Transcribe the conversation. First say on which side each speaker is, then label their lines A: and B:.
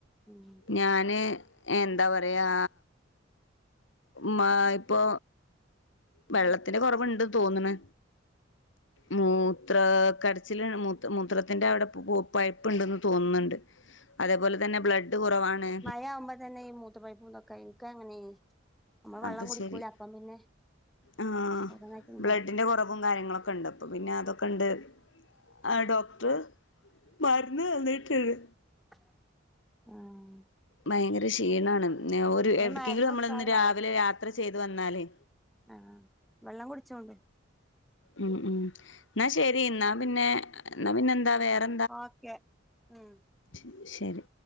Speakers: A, in the centre; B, on the left.
A: ഉം
B: ഞാന് എന്താ പറയാ, മാ ഇപ്പോ, വെള്ളത്തിന്റെ കൊറവ്ണ്ട് തോന്നണ്. മൂത്ര കടച്ചിലാണ്, മൂത് മൂത്രത്തിന്റെ അവിടെ പയ്പ്പുണ്ടന്ന് തോന്നുന്നുണ്ട്. അതേപോലെ തന്നെ ബ്ലഡ് കുറവാണ്.
A: കാവുമ്പോ തന്നെ ഈ മൂ തത്തി പയ്‌പ്പ് <unintelligible> എന്ക്ക് അങ്ങനെയി. നമ്മ വെള്ളം
B: അത്
A: കുടിക്കൂല
B: ശരി
A: അപ്പം പിന്നെ
B: ആഹ്
A: വേറെന്നായിട്ടുണ്ടാവും
B: ബ്ലഡിന്റെ കൊറവും കാര്യങ്ങളൊക്കെ ഉണ്ട്. അപ്പ പിന്നെ അതൊക്കെ ഉണ്ട്. ആ ഡോക്ടറ് മരുന്ന് തന്നിട്ടിണ്ട്.
A: ഉം
B: ഭയങ്കര ക്ഷീണാണ്. ഒരു എവിടക്കെങ്കിലും
A: മരുന്ന്
B: നമ്മളന്ന്
A: കുടിച്ചാലും
B: രാവിലെ യാത്ര ചെയ്ത് വന്നാലേ,
A: ആ വെള്ളം കുടിച്ചോണ്ട്.
B: ഉം ഉം ന്നാ ശരി, എന്നാ പിന്നെ എന്നാ പിന്നെ എന്താ വേറെ,
A: ഓക്കെ ഉം.
B: ശ ശരി.